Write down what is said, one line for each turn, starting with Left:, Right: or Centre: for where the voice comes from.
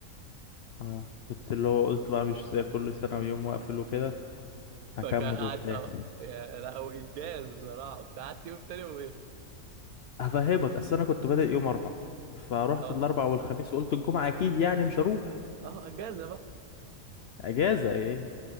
Left: اه كنت اللي هو قلت بقى مش زي كل سنه ويوم واقفل وكده
Right: <laughs>
Left: هكمل
Right: فكان قعدت
Left: وبتاع
Right: أهو. يا- لا هو انجاز بصراحه كنت قعدت يوم تاني ووقفت
Left: هفهمك اصل انا كنت بادئ يوم اربعة فروحت
Right: اه
Left: الاربع والخميس وقلت الجمعه اكيد يعني مش هروح
Right: اه انجازه بقى
Left: اجازه ايه